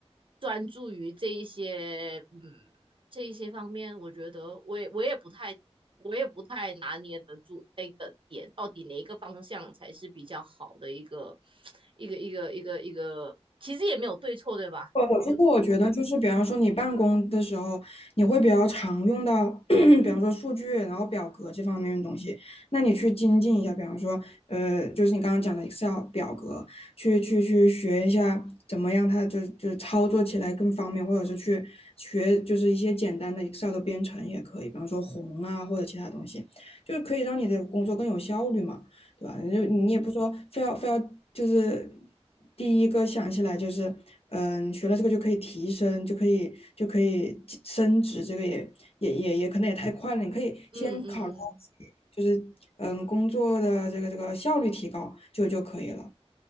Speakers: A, on the right; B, on the left.
A: 专注于这一些嗯这一些方面，我觉得我也我也不太我也不太拿捏得住那个点，到底哪一个方向才是比较好的一个 <tsk> 一个一个一个一个，其实也没有对错，对吧？
B: 我我其实我觉得就是，
A: 就
B: 比方说你办公的时候，你会比较常用到，<coughs> <clears throat> 比方说数据，然后表格这方面的东西。那你去精进一下，比方说，呃，就是你刚刚讲的 Excel 表格，去去去学一下怎么样它就就操作起来更方便，或者是去学就是一些简单的 Excel 的编程也可以，比方说宏啊或者其他东西，就是可以让你的工作更有效率嘛。对吧？你就你也不说非要非要就是
A: 嗯
B: 第一个想起来就是嗯，学了这个就可以提升，就可以就可以升职，这个也也也也可能也太快了。你可以先考虑到自己就是嗯工作的这个这个效率提高就就可以了，
A: 嗯嗯